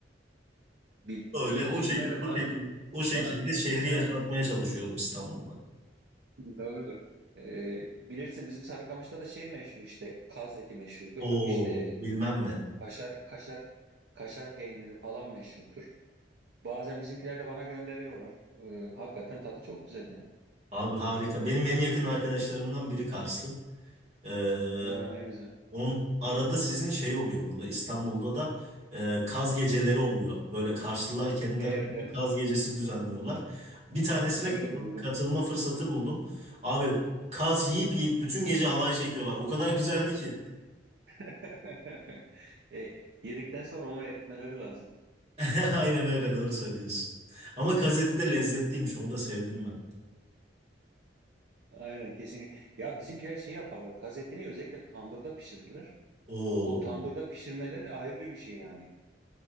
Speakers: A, on the right; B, on the right.
A: Bi-
B: Öyle
A: Bizimkiler
B: o şekil
A: de
B: o
A: bazen
B: şekil o şekilde
A: bana,
B: şehri yaşatmaya
A: evet,
B: çalışıyorum İstanbul'da.
A: doğrudur. Ee, bilirsin bizim Sarıkamış'ta da şey meşhur işte, kaz eti meşhurdur.
B: Oo
A: İşte
B: bilmem mi.
A: kaşar, kaşar, kaşar peyniri falan meşhurdur. Bazen bizimkiler de bana gönderiyorlar. Ee, hakikaten tadı çok güzel yani.
B: Abi harika. Benim en yakın arkadaşlarımdan biri Karslı. Ee,
A: Ha, ne güzel.
B: on arada sizin şey oluyor burada İstanbul'da da e, kaz geceleri oluyor. Böyle Karslılar kendi
A: Evet,
B: arasında
A: evet.
B: kaz gecesi düzenliyorlar. Bir tanesine
A: Duydum
B: katıl-
A: duydum.
B: katılma fırsatı buldum. Abi kaz yiyip yiyip bütün gece halay çekiyorlar. O kadar güzeldi ki.
A: <laughs> E, yedikten sonra onu eritmeleri lazım.
B: <laughs> Aynen öyle doğru söylüyorsun. Ama kaz eti de lezzetliymiş onu da sevdim ben.
A: Aynen kesinlikle. Ya bizimkiler şey yaparlar. Kazetini özellikle tandırda pişirirler.
B: Oo,
A: O tandırda pişirmeleri ayrı bir şey yani.